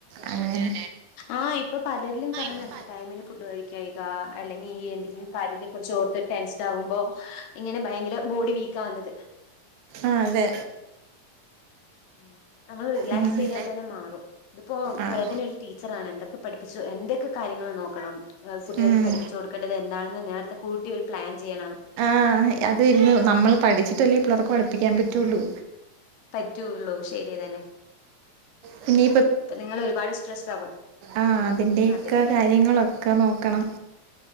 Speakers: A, on the right; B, on the left.
A: അങ്ങനെ
B: ആഹ ഇപ്പൊ പലരിലും കാണുന്നുണ്ട്
A: ഇപ്പൊ
B: ടൈമിന് ഫുഡ് കഴിയുക അല്ലെ ഈ എന്തെങ്കിലും കാര്യത്തെ കുുറിച്ച് ഓർത്ത് ടെൻഷൻ ആകുമ്പോ ഇങ്ങനെ ഭയങ്കര ബോഡി വീക്ക ആകുന്നത്
A: ആഹ അതെ
B: ഉം നമ്മള് റിലാക്സ്
A: അങ്ങനെ
B: ചെയ്താൽ തന്നെ മാറും ഇതിപ്പോൊ
A: ആഹ്
B: പരാത്തി ഒരു ടീച്ചർാണ് എന്തൊക്കെ പഠിപ്പിച്ചു എന്തൊക്കെ കാര്യ ൾ നോക്കണം കുട്ടികൾക്ക്
A: ഉം
B: പഠിപ്പിച്ചു കൊടുക്കേണ്ടത് എന്താണെന്ന് നേരത്തെ കൂട്ടി ഒരു പ്ലാൻ ചെയ്യണം
A: ആ അത്രുരുന്നു നമ്മള് പഠിച്ചിട്ടല്ലേ ഇ പിളേതൊക്കെ പഠിപ്പിക്കാൻ പറ്റുള്ളു
B: പറ്റൂുള്ളൂ ശരിയതന്നെ
A: പിന്നെ
B: അ നിങ്ങള് ഒരുപാട് സ്ട്രെസ് ആകും
A: ആ അതിന്റെൊക്കെ
B: അതെ
A: കാര്യങ്ങളൊക്കെ നോക്കണം
B: ഉം